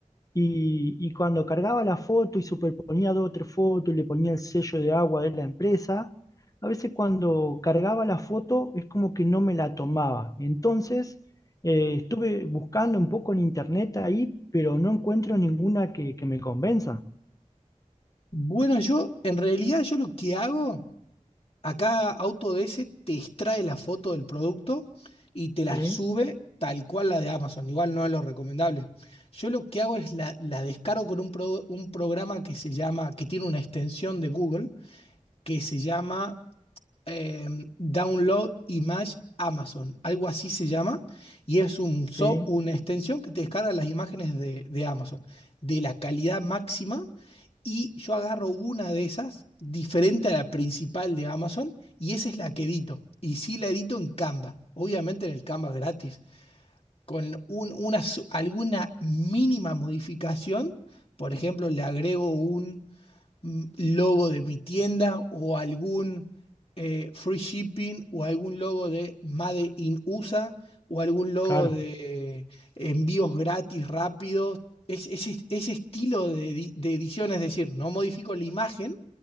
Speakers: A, on the left; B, on the left.
A: y, y cuando cargaba la foto y superponía dos o tres fotos y le ponía el sello de agua de la empresa, a veces cuando cargaba la foto es como que no me la tomaba. Entonces eh, estuve buscando un poco en internet ahí, pero no encuentro ninguna que, que me convenza.
B: Bueno, yo en realidad yo lo que hago... Acá Autodesk te extrae la foto del producto y te
A: Sí,
B: la sube tal cual la de Amazon. Igual no es lo recomendable. Yo lo que hago es la, la descargo con un, pro- un programa que se llama, que tiene una extensión de Google, que se llama eh, Download Image Amazon, algo así se llama, y es un, so-
A: sí,
B: una extensión que te descarga las imágenes de, de Amazon, de la calidad máxima, y yo agarro una de esas, diferente a la principal de Amazon, y esa es la que edito, y sí la edito en Canva, obviamente en el Canva gratis, con un- una, su- alguna mínima modificación, por ejemplo, le agrego un mm, logo de mi tienda o algún eh, free shipping o algún logo de Made in USA o algún logo
A: claro.
B: de eh, envíos gratis rápidos. Es, ese ese estilo de, edi- de edición, es decir, no modifico la imagen,